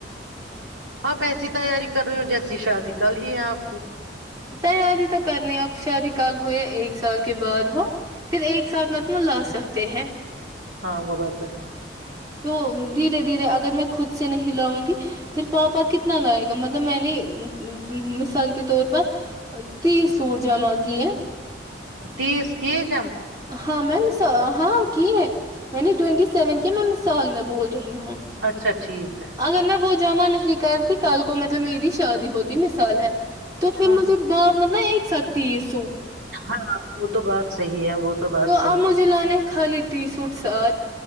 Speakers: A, on the right (about 85°); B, on the right (about 20°).
A: آپ ایسی تیاری کر رہے ہو جیسی شادی کل ہی ہے آپ کی
B: تیاری تو کرنی اب شادی کال ہو یا ایک سال کے بعد ہو پھر ایک ساتھ متل لا سکتے ہیں
A: ہاں وہ بات ہے
B: تو دھیرے دھیرے اگر میں خود سے نہیں لاؤں گی پھر پاپا کتنا لائے گا مطلب میں نے مثال کے طور پر تیس سوٹ جمع کیے
A: تیس کیس <inaudible>
B: ہاں میم ہاں کی ہے میں نے ٹینٹی سیون کے میں مثال میں بول <unintelligible> رہی ہوں
A: اچھا ٹھیک
B: اگر میں بہ جمع نہیں کرتی کل کو مطلب میری شادی ہوتی مثال ہے <unintelligible> توھر
A: ہاں
B: مجت بپ مطب ایک ستیس
A: ہاں وہ تو بات صحیح ہے وہ بات
B: تو آپ
A: صحیح
B: مجھے
A: ہے
B: لانے خالی ٹی سوٹ ساتھ